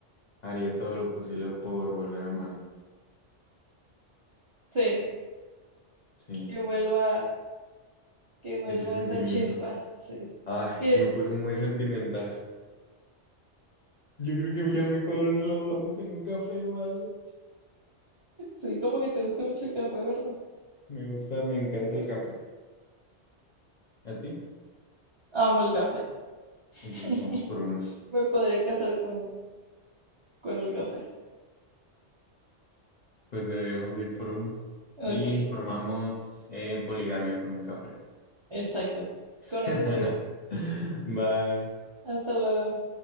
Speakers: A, on the left; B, on the right.
A: haría todo lo posible por volver a amarla.
B: Sí,
A: Sí,
B: que vuelva, que vuelva
A: ese sentimiento.
B: esa chispa, sí.
A: Ay,
B: Que,
A: me puse muy sentimental. Yo creo que ya mejor lo hablamos en un café o algo.
B: sí, como que te gusta mucho el café, ¿verdad?
A: Me gusta, me encanta el café. ¿A ti?
B: Amo el café. <laughs>
A: Entonces vamos por uno.
B: Me podría casar con, con el café.
A: Pues deberíamos ir por uno.
B: Ok,
A: Y formamos eh, poligamia con un café.
B: exacto.
A: <laughs>
B: Con eso sí.
A: Bye.
B: Hasta luego.